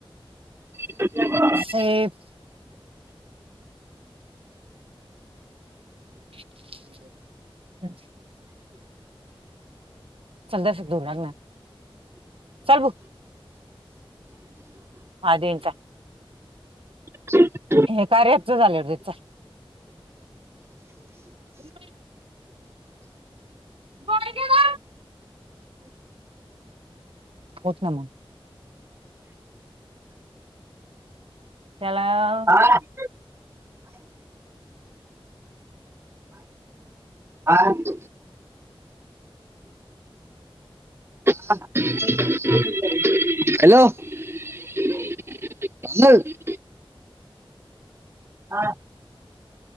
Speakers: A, on the right; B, on the right.
A: <unintelligible>
B: <unintelligible> <inaudible> चलत जरसक धुवू लाग ना चल बु आ देेचा
A: <inaudible>
B: हे कार्य ॲपच <unintelligible> <unintelligible> होत ना मग. याला.
A: हा <unintelligible> ह <unintelligible> ह हॅलो. हा.